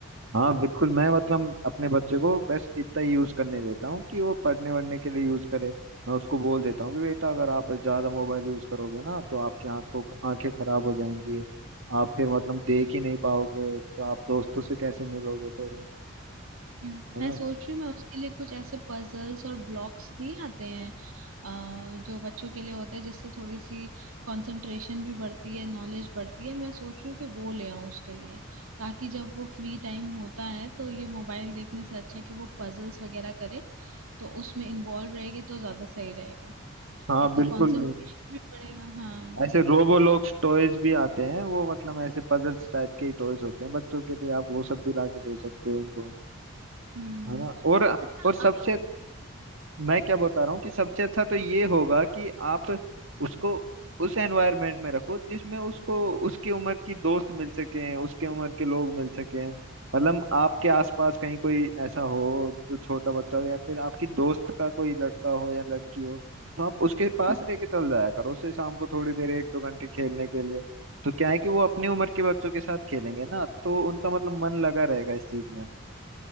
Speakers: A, on the right; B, on the right.
A: हाँ बिल्कुल मैं मतलब अपने बच्चे को बस इतना ही यूज करने देता हूँ कि वो पढ़ने वढ़ने के लिए यूज करे मैं उसको बोल देता हूँ कि बेटा अगर आप ज्यादा मोबाइल यूज करोगे ना तो आपकी आंखों आंखें खराब हो जाएंगी आप फिर मतलब देख ही नहीं पाओगे तो आप दोस्तों से कैसे मिलोगे फिर
B: हम्म,
A: है
B: मैं
A: ना
B: सोच रही हूँ मैं उसके लिए कुछ ऐसे पजल्स और ब्लॉक्स नहीं आते हैं अ, जो बच्चों के लिए होते हैं जिससे थोड़ी सी कंसंट्रेशन भी बढ़ती है नॉलेज बढ़ती है मैं सोच रही हूँ कि वो ले आऊँ उसके लिए ताकि जब वो फ्री टाइम होता है तो ये मोबाइल देखने से अच्छा है कि वो पजल्स वगैरह करे तो उसमें इन्वॉल्व रहेगी तो ज्यादा सही रहेगा
A: हाँ
B: एक
A: बिल्कुल
B: तो कंसंट्रेशन भी बढ़ेगा हाँ
A: ऐसे रोबोलॉक्स टॉयज भी आते हैं वो मतलब ऐसे पजल्स टाइप के ही टॉयज होते हैं बच्चों के लिए आप वो सब भी ला के दे सकते हो उनको
B: हम्म
A: है ना और
B: अच्छा
A: और सबसे मैं क्या बता रहा हूँ कि सबसे अच्छा तो ये होगा कि आप उसको उस एनवायरनमेंट में रखो जिसमें उसको उसकी उम्र की दोस्त मिल सके उसके उम्र के लोग मिल सके मतलब आपके आसपास कहीं कोई ऐसा हो जो छोटा बच्चा हो या फिर आपकी दोस्त का कोई लड़का हो या लड़की हो तो आप उसके पास
B: आप
A: लेके चल जाया करो उसे शाम को थोड़ी देर एक दो घंटे खेलने के लिए तो क्या है कि वो अपनी उम्र के बच्चों के साथ खेलेंगे ना तो उनका मतलब मन लगा रहेगा इस चीज में